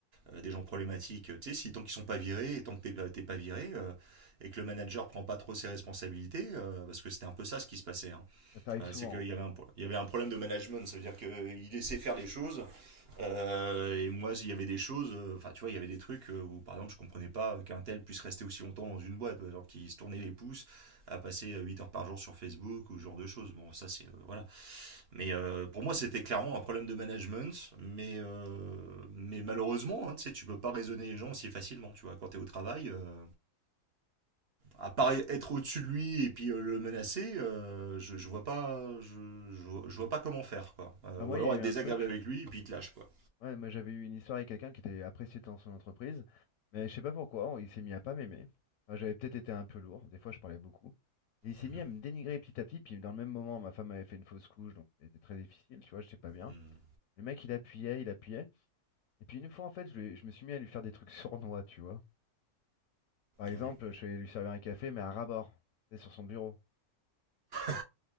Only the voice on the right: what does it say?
euh, des gens problématiques tu sais si tant qu'ils sont pas virés et tant que t'es pas- t'es pas viré euh, et que le manager prend pas trop ses responsabilités euh, parce que c'était un peu ça ce qui se passait hein.
Euh,
c'est qu'il
y avait un pro- il y avait un problème de management ça veut dire que il laissait faire les choses Euh, et moi, il y avait des choses, euh, enfin, tu vois, il y avait des trucs euh, où, par exemple, je comprenais pas qu'un tel puisse rester aussi longtemps dans une boîte, alors qu'il se tournait les pouces à passer euh, 8 heures par jour sur Facebook ou ce genre de choses. Bon, ça, c'est. euh, voilà. Mais euh, pour moi, c'était clairement un problème de management, mais, euh, mais malheureusement, hein, tu sais, tu peux pas raisonner les gens si facilement, tu vois, quand t'es au travail. euh, à part être au-dessus de lui et puis euh, le menacer, euh, je, je vois pas, je, je vois- je vois pas comment faire, quoi. Euh,
ou
alors
être
désagréable
avec lui et puis il te lâche, quoi.
Mhm.
Mm.
Ouais.
<laughs>